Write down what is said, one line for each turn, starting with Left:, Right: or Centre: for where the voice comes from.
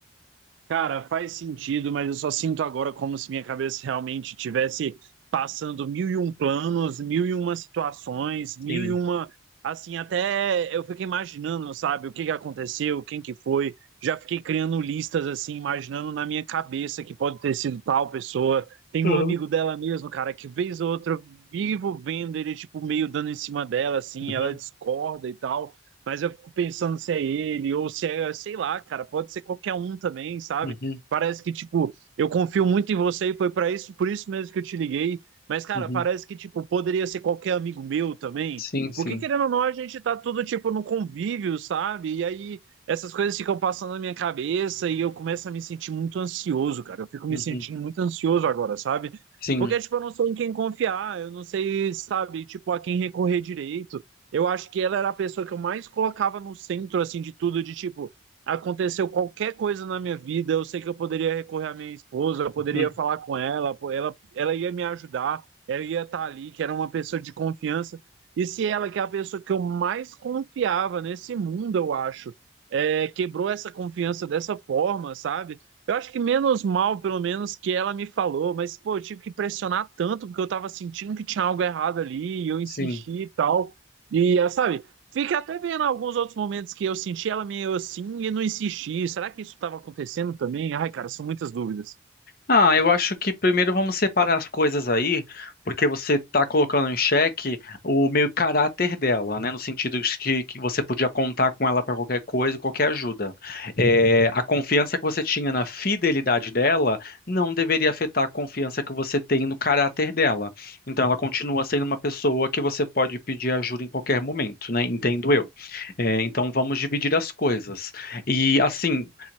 Right: Cara, faz sentido, mas eu só sinto agora como se minha cabeça realmente tivesse passando mil e um planos, mil e uma situações, mil
Left: Sim.
Right: e uma. Assim, até eu fico imaginando, sabe, o que que aconteceu, quem que foi. Já fiquei criando listas, assim, imaginando na minha cabeça que pode ter sido tal pessoa. Tem
Left: Uhum,
Right: um amigo dela mesmo, cara, que vez ou outra eu vivo vendo ele, tipo, meio dando em cima dela, assim,
Left: uhum,
Right: ela discorda e tal. Mas eu fico pensando se é ele ou se é, sei lá, cara, pode ser qualquer um também, sabe?
Left: uhum,
Right: Parece que, tipo, eu confio muito em você e foi pra isso, por isso mesmo que eu te liguei. Mas, cara,
Left: uhum.
Right: parece que, tipo, poderia ser qualquer amigo meu também.
Left: Sim, sim.
Right: Porque, querendo ou não, a gente tá tudo, tipo, no convívio, sabe? E aí essas coisas ficam passando na minha cabeça e eu começo a me sentir muito ansioso, cara. Eu fico me
Left: Uhum,
Right: sentindo muito ansioso agora, sabe?
Left: sim.
Right: Porque, tipo, eu não sou em quem confiar, eu não sei, sabe, tipo, a quem recorrer direito eu acho que ela era a pessoa que eu mais colocava no centro, assim, de tudo, de tipo, aconteceu qualquer coisa na minha vida, eu sei que eu poderia recorrer à minha esposa, eu poderia
Left: Uhum,
Right: falar com ela, pô, ela, ela ia me ajudar, ela ia estar ali, que era uma pessoa de confiança. E se ela, que é a pessoa que eu mais confiava nesse mundo, eu acho, é, quebrou essa confiança dessa forma, sabe? Eu acho que menos mal, pelo menos, que ela me falou, mas, pô, eu tive que pressionar tanto, porque eu tava sentindo que tinha algo errado ali, e eu insisti
Left: sim.
Right: e tal. E ela, sabe, fica até vendo alguns outros momentos que eu senti ela meio assim e não insisti. Será que isso estava acontecendo também? Ai, cara, são muitas dúvidas.
Left: Ah, eu acho que primeiro vamos separar as coisas aí, porque você está colocando em xeque o meio caráter dela, né? No sentido de que, que você podia contar com ela para qualquer coisa, qualquer ajuda. É, a confiança que você tinha na fidelidade dela não deveria afetar a confiança que você tem no caráter dela. Então, ela continua sendo uma pessoa que você pode pedir ajuda em qualquer momento, né? Entendo eu. É, então, vamos dividir as coisas. E assim.